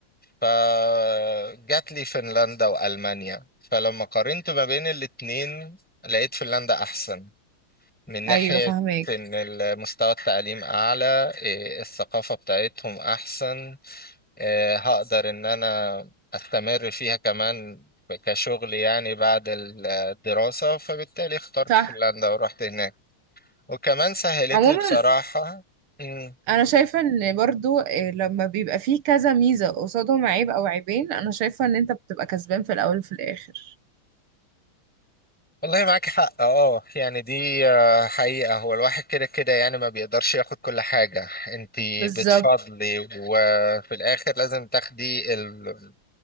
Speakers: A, in the centre; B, on the right.
A: فجات لي فنلندا وألمانيا فلما قارنت ما بين الاتنين لقيت فنلندا أحسن من ناحية
B: ايوه فهماك
A: إن المستوى التعليم أعلى إيه، الثقافة بتاعتهم أحسن إيه، هقدر إن أنا أستمر فيها كمان كشغل يعني بعد الدراسة فبالتالي اخترت
B: صح
A: فنلندا ورحت هناك وكمان سهلت
B: عموما
A: لي بصراحة مم.
B: انا شايفه ان برضو إيه، لما بيبقى فيه كذا ميزه قصادهم عيب او عيبين انا شايفه ان انت بتبقى كسبان في الاول وفي الاخر
A: والله معاك حق اه يعني دي آه، حقيقة هو الواحد كده كده يعني ما بيقدرش ياخد كل حاجة انتي
B: بالظبط
A: بتفضلي وفي الاخر لازم تاخدي ال-